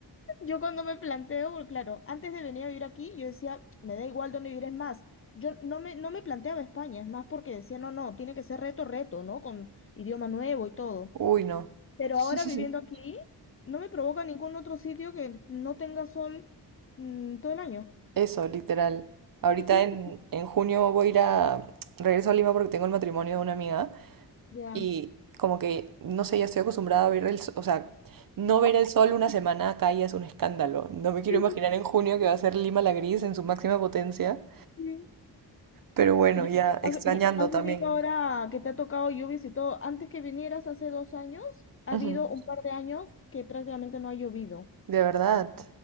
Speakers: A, on the left; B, on the right.
A: Yo cuando me planteo, porque claro, antes de venir a vivir aquí, yo decía, me da igual dónde vivir, es más, yo no me, no me planteaba España, es más porque decía, no, no, tiene que ser reto, reto, ¿no? Con idioma nuevo y todo.
B: Uy, no.
A: Pero
B: <laughs>
A: ahora viviendo aquí, no me provoca ningún otro sitio que no tenga sol mm, todo el año.
B: Eso, literal. Ahorita
A: <laughs>
B: en, en junio voy a ir a... Regreso a Lima porque tengo el matrimonio de una amiga
A: Ya.
B: y como que, no sé, ya estoy acostumbrada a ver el... s- O sea, no ver el sol una semana acá ya es un escándalo. No me quiero
A: Sí,
B: imaginar
A: sí,
B: en junio que va a ser Lima la gris en su máxima potencia.
A: sí.
B: Pero bueno,
A: ¿Y
B: ya extrañando
A: has y has
B: también.
A: venido ahora que te ha tocado lluvias y todo? Antes que vinieras hace dos años, ha
B: Ujú,
A: habido un par de años que prácticamente no ha llovido.
B: De verdad.